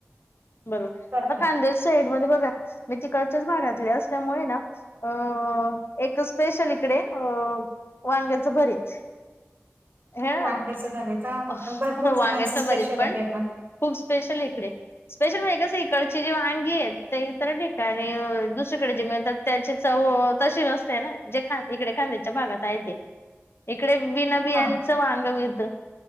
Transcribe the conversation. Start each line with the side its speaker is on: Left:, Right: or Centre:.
Left: बरोबर
Right: करतात
Left: आता कांद्याच्या साईड मध्ये बघा मी तिकडं आमच्याच भागातली असल्या मुळे ना अ एक स्पेशल इकडे अ वाईन. त्यांचं बरेच. हं
Right: वांग्याच भरीता भरपूर
Left: वांग्याचं
Right: जणांच स्पेशल
Left: भरीत पण.
Right: आहे ते
Left: खूप स्पेशल इकडे स्पेशल म्हणजे कसै इकडची जी वांगी हाईत ते इथर तर ठेकानी अं दुस तुमच्याकडे जे मिळतात त्याची चव... तशी नसते ना जे खान इकडे खान्देशी भागात आहे ते
Right: <inaudible>
Left: इकडे बीनाबियांचं
Right: हा
Left: वांग मिळत